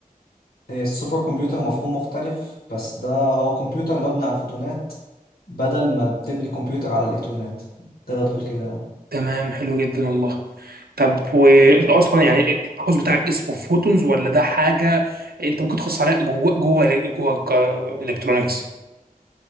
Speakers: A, on the left; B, on the right.
A: السوبر كمبيوتر مفهوم مختلف بس ده هو كمبيوتر مبني على الفوتونات بدل ما تبني كمبيوتر على الالكترونات تقدر تقول كده يعني
B: تمام حلو جدا والله طب وانت اصلا يعني التخصص بتاعك اسمه فوتونز ولا ده حاجه انت ممكن تخصص عليها جوه جوه جوه الكترونكس